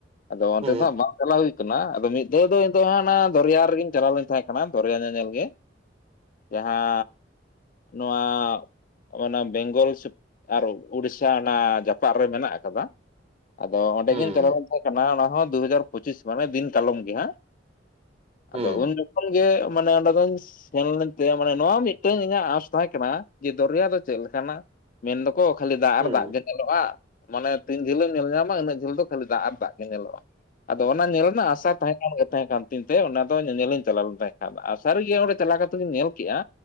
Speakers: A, on the left (about 50°); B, on the right (about 35°).
A: ᱟᱫᱚ ᱚᱱᱛᱮ
B: ᱦᱩᱸ
A: ᱫᱚ ᱦᱟᱸᱜ ᱵᱟᱝ ᱪᱟᱞᱟᱣ ᱦᱩᱭ ᱠᱟᱱᱟ ᱾ ᱟᱫᱚ ᱢᱤᱫ ᱫᱷᱟᱹᱣ ᱫᱚ ᱤᱧ ᱫᱚ ᱦᱟᱸᱜ ᱚᱱᱟ ᱫᱚᱨᱭᱟ ᱨᱮᱜᱤᱧ ᱪᱟᱞᱟᱣ ᱞᱮᱱ ᱛᱟᱦᱮᱸ ᱾ ᱦᱟᱱᱟ ᱫᱚᱨᱭᱟ ᱧᱮᱞ ᱧᱮᱞ ᱜᱮ ᱾ ᱡᱟᱦᱟᱸ ᱱᱚᱣᱟ ᱚᱱᱟ ᱵᱮᱝᱜᱚᱞ ᱥᱮ, ᱟᱨ ᱩᱲᱤᱥᱥᱟ ᱚᱱᱟ ᱡᱟᱯᱟᱜ ᱨᱮ ᱢᱮᱱᱟᱜ ᱟᱠᱟᱫᱟ ᱾ ᱟᱫᱚ ᱚᱱᱰᱮ
B: ᱦᱩᱸ
A: ᱜᱤᱧ ᱪᱟᱞᱟᱣ ᱞᱮᱱ ᱛᱟᱦᱮᱸ ᱠᱟᱱᱟ, ᱚᱱᱟ ᱦᱚᱸ ᱫᱩ ᱦᱟᱡᱟᱨ ᱯᱚᱸᱪᱤᱥ ᱢᱟᱱᱮ ᱫᱤᱱ ᱠᱟᱞᱚᱢ ᱜᱮ ᱦᱟᱸᱜ ᱾
B: ᱦᱩᱸ
A: ᱟᱫᱚ ᱩᱱ ᱡᱩᱠᱷᱟᱱ ᱜᱮ, ᱢᱟᱱᱮ ᱚᱸᱰᱮ ᱫᱚᱧ ᱥᱮᱱ ᱞᱮᱱ ᱛᱮ ᱢᱟᱱᱮ ᱱᱚᱣᱟ ᱢᱤᱫᱴᱟᱝ ᱤᱧᱟᱹᱜ ᱟᱥ ᱛᱟᱦᱮᱸ ᱠᱟᱱᱟ, ᱡᱮ ᱫᱚᱨᱭᱟ ᱫᱚ ᱪᱮᱫ ᱞᱮᱠᱟᱱᱟ ᱾ ᱢᱮᱱ ᱫᱚᱠᱚ ᱠᱷᱟᱹᱞᱤ ᱫᱟᱜ ᱟᱨ
B: ᱦᱩᱸ ᱦᱩᱸ
A: ᱫᱟᱜ ᱜᱮ ᱧᱟᱞᱚᱜᱼᱟ ᱾ ᱢᱟᱱᱮ ᱛᱤᱱ ᱡᱷᱟᱹᱞᱮᱢ ᱧᱮᱞ ᱧᱟᱢᱟ ᱩᱱᱟᱹᱜ ᱡᱷᱟᱹᱞ ᱫᱚ ᱠᱷᱟᱹᱞᱤ ᱫᱟᱜ ᱟᱨ ᱫᱟᱜ ᱜᱮ ᱧᱮᱞᱚᱜᱼᱟ ᱾ ᱟᱫᱚ ᱚᱱᱟ ᱧᱮᱞ ᱨᱮᱱᱟᱜ ᱟᱥᱟ ᱛᱟᱦᱮᱸ ᱜᱮ ᱛᱟᱦᱮᱸ ᱠᱟᱱ ᱛᱤᱧ ᱛᱮ ᱚᱱᱟ ᱫᱚ ᱧᱮᱧᱮᱞᱤᱧ ᱪᱟᱞᱟᱣ ᱞᱮᱱ ᱛᱟᱦᱮᱸ ᱟᱨ ᱥᱟᱹᱨᱤᱜᱮ ᱚᱸᱰᱮ ᱪᱟᱞᱟᱣ ᱠᱟᱛᱮ ᱜᱤᱧ ᱧᱮᱞ ᱠᱮᱜᱼᱟ